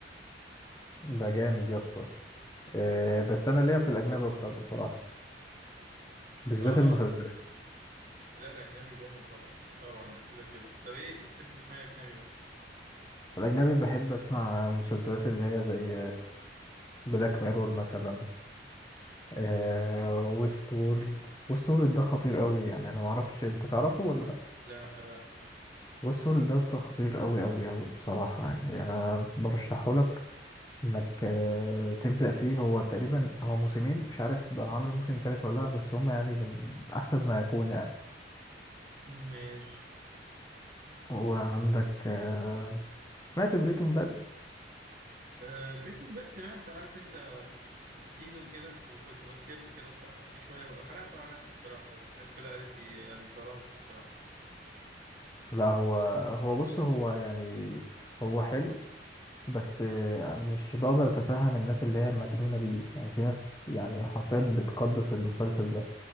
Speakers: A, on the left (about 20°); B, on the right (about 50°).
A: ده جامد يا اسطى آه، بس انا ليا في الاجنبي اكتر بصراحه بالذات
B: اه
A: المسلسلات
B: لا الاجنبي جامد طبعا طبعا ده كده كده طب ايه انت بتحب تسمع إيه اجنبي مثلا
A: الاجنبي بحب اسمع مسلسلات اللي هي زي بلاك ميرور مثلا آه ويست وورلد ويست وورلد ده خطير قوي يعني انا ما اعرفش انت تعرفه ولا لا
B: لا لا أصلاً.
A: ويست وورلد ده أصلاً خطير قوي قوي قوي بصراحة يعني انا برشحه لك انك آه تبدأ فيه هو تقريبا هو موسمين مش عارف بقى عامل موسم تالت ولا لا بس هما يعني من احسن ما يكون يعني
B: ماشي
A: وعندك آه سمعت بريكنج باد
B: آه بريكنج باد سمعت عارف انت سيزون كده وكنت بسكيب كده بصراحه في شويه بقى حرقته على نفسي بصراحه يعني الناس كلها قالت لي يعني ظلمته بصراحه
A: لا هو هو بص هو يعني هو حلو بس آه، مش بقدر اتفهم الناس اللي هي مجنونة بيه يعني في ناس يعني حرفيا بتقدس المسلسل ده